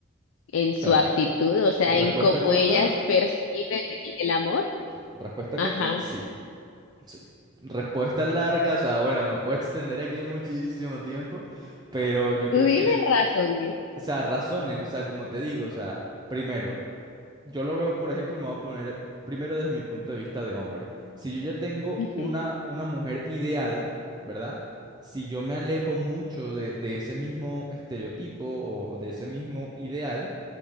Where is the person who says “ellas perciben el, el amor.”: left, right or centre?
Left